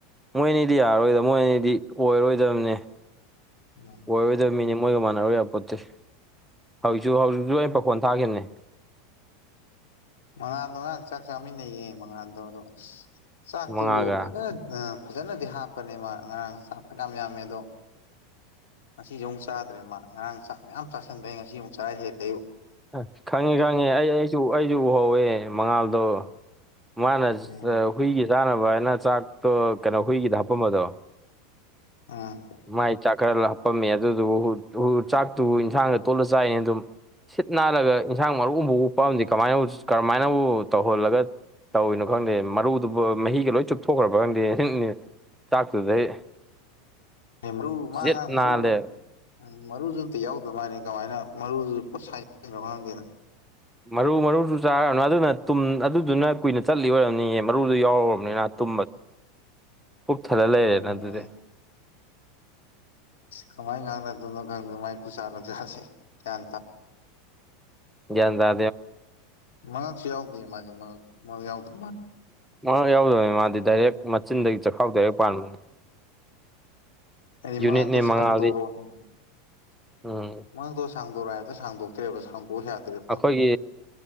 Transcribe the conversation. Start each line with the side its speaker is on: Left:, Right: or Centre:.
Centre: ꯃꯣꯏ ꯑꯅꯤꯗꯤ ꯌꯥꯔꯔꯣꯏꯗꯕ ꯃꯣꯏ ꯑꯅꯤꯗꯤ ꯑꯣꯏꯔꯣꯏꯗꯕꯅꯦ
Left: ꯎꯝ
Centre: ꯀꯣꯏ ꯑꯣꯏꯗꯕ ꯃꯤꯅꯤꯡ ꯑꯣꯏꯒ ꯃꯥꯟꯅꯔꯣꯏꯕ ꯄꯣꯠꯇꯤ ꯍꯧꯖꯤꯛꯁꯨ ꯍꯧꯖꯤꯛꯁꯨ ꯂꯩꯅ ꯄꯥꯈꯣꯟ ꯊꯥꯈꯤꯕꯅꯦ
Left: ꯃꯉꯥꯗꯣ ꯉꯥꯡ ꯆꯥꯛ ꯆꯥꯃꯤꯟꯅꯩꯌꯦ ꯃꯉꯥꯗꯣ ꯑꯣ ꯆꯥꯛꯇꯨꯕꯨ
Centre: ꯃꯉꯥꯜꯒ
Left: ꯐꯖꯅ ꯐꯖꯅꯗꯤ ꯍꯥꯞꯄꯅꯦ ꯃꯥ ꯉꯔꯥꯡ ꯆꯄ ꯀꯥ ꯌꯥꯝꯃꯦ ꯑꯗꯣ ꯉꯁꯤꯁ ꯑꯃꯨꯛ ꯆꯥꯗ꯭ꯔꯦ ꯃꯥ ꯉꯔꯥꯡ ꯆꯥꯛ ꯃꯌꯥꯝ ꯆꯥꯥꯁꯟꯕꯩ ꯉꯁꯤ ꯑꯃꯨꯛ ꯆꯥ ꯍꯦ ꯂꯩꯨ
Centre: ꯑ ꯈꯪꯉꯦ ꯈꯪꯉꯦ ꯑꯩ ꯑꯩ ꯑꯩ ꯑꯩꯁꯨ ꯎꯍꯧꯋꯦ ꯃꯉꯥꯜꯗꯣ ꯃꯥꯅ
Left: ꯎꯝ
Centre: ꯍꯨꯏꯒꯤ ꯆꯥꯅꯕ ꯍꯥꯏꯅ ꯆꯥꯛꯇꯣ ꯀꯩꯅꯣ ꯍꯨꯏꯒꯤꯗ ꯍꯥꯄꯝꯕꯗꯣ
Left: ꯎꯝ
Centre: ꯃꯥꯏ ꯆꯥꯛ ꯈꯔ ꯍꯥꯞꯄꯝꯃꯦ ꯑꯗꯨꯗꯨꯕꯨ ꯆꯥꯛꯇꯨꯕꯨ ꯏꯟꯁꯥꯡꯗ ꯇꯣꯠꯂ ꯆꯥꯏꯅꯦ ꯑꯗꯨꯝ ꯁꯤꯠ ꯅꯥꯜꯂꯒ ꯏꯟꯁꯥꯡ ꯃꯔꯨꯐ ꯎꯞꯄꯑꯝ ꯀꯃꯥꯏꯅ ꯀꯔꯝꯥꯏꯅꯕꯨ ꯇꯧꯍꯜꯂꯒ ꯇꯧꯋꯤꯅꯣ ꯈꯪꯗꯦ ꯃꯔꯨꯗꯨꯕꯨ ꯃꯍꯤꯒ ꯂꯣꯏ ꯆꯨꯞꯊꯣꯛꯈ꯭ꯔꯕ ꯈꯪꯗꯦ ꯆꯥꯛꯇꯨꯗꯩ
Left: ꯃꯔꯨ ꯃꯥ
Centre: ꯆꯦꯠ
Left: ꯉꯥꯡ
Centre: ꯅꯥꯜꯂꯦ
Left: ꯃꯔꯨꯁꯨ ꯎꯝ ꯃꯔꯨꯁꯨ ꯑꯝꯇ ꯌꯥꯎꯗ ꯃꯥꯅꯦ ꯀꯃꯥꯏꯅ ꯃꯔꯨꯗꯨ ꯄꯨ ꯁꯥꯏꯅꯣ ꯈꯪꯗꯦꯅ
Centre: ꯃꯔꯨ ꯃꯔꯨꯁꯨ ꯆꯥꯈꯔꯕꯅꯤ ꯑꯗꯨꯅ ꯑꯗꯨꯗꯨꯅ ꯀꯨꯏꯅ ꯆꯠꯂꯤ ꯑꯣꯏꯔꯕꯅꯤꯌꯦ ꯃꯔꯨꯗꯨ ꯌꯥꯎꯔꯨꯔꯕꯅꯤꯅ ꯇꯨꯝꯕꯗ ꯄꯨꯛ ꯊꯂ ꯂꯩꯔꯦꯅ
Left: ꯎꯝ
Centre: ꯑꯗꯨꯗꯤ
Left: ꯀꯃꯥꯏꯅ ꯉꯥꯡꯅꯗꯣꯏꯅꯣ ꯈꯪꯗꯦ ꯃꯥꯏ ꯈꯨ ꯆꯥꯂ ꯆꯁꯦ ꯀꯌꯥ
Centre: ꯗꯗ
Left: ꯃꯉꯛꯁꯨ ꯌꯥꯎꯗ ꯃꯥꯁꯦ ꯃꯉ ꯌꯥꯎꯗ
Centre: ꯃꯔ ꯌꯥꯎꯗꯕꯅꯤ ꯃꯥꯗꯤ ꯗꯥꯏꯔꯦꯛ ꯃꯆꯤꯟꯗꯒꯤ ꯆꯈꯥꯎ ꯇꯔꯦꯛ ꯄꯥꯟꯕꯅꯦ
Left: ꯑꯩ
Centre: ꯌꯨꯅꯤꯠꯅꯦ
Left: ꯃꯉꯥꯡꯗꯣ
Centre: ꯃꯉꯥꯜꯗꯤ
Left: ꯁꯥꯡꯗꯣꯔꯣ ꯎꯝ
Centre: ꯎꯝ
Left: ꯃꯉꯥꯡꯗꯣ ꯁꯥꯡꯗꯣꯔꯛꯑ ꯍꯥꯏꯗꯅ ꯁꯥꯡꯗꯣꯛꯇꯦ ꯁꯥꯡꯗꯣꯛꯁꯨ ꯌꯥꯗ꯭ꯔꯦꯕ
Centre: ꯑꯩꯈꯣꯏꯒꯤ